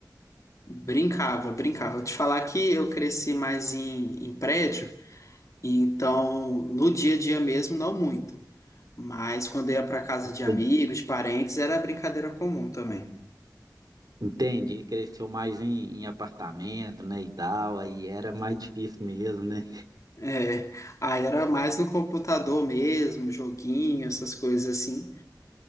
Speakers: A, on the left; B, on the right.
A: Brincava, brincava. Vou te falar que eu cresci mais em, em prédio, e então no dia a dia mesmo, não muito. Mas quando eu ia para casa de amigos,
B: Sim.
A: de parentes, era brincadeira comum também.
B: Entende? Ele cresceu mais em, em apartamento, né, e tal, aí era mais difícil mesmo, né?
A: É, aí era mais no computador mesmo, joguinho, essas coisas assim,